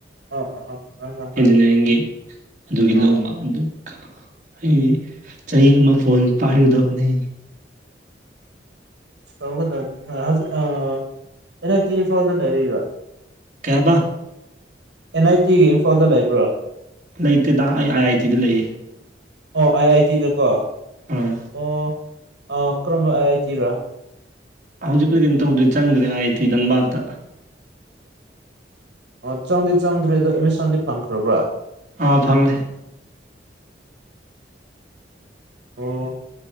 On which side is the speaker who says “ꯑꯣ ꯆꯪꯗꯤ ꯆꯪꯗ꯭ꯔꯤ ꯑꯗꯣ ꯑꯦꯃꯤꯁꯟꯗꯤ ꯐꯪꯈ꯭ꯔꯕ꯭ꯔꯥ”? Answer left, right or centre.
Right